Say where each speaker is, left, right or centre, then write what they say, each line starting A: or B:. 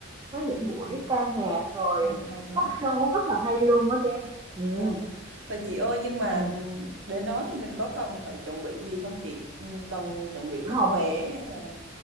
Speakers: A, on the right; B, on the right.
A: với những buổi
B: à,
A: ca nhạc rồi
B: ồ, hay quá.
A: talk show rất là hay luôn á Trang ừ.
B: Vâng. Và chị ơi nhưng mà
A: Ừ.
B: đến đó thì mình có cần phải chuẩn bị gì không chị? Ừ, Cần chuẩn bị bút
A: không
B: vé hay là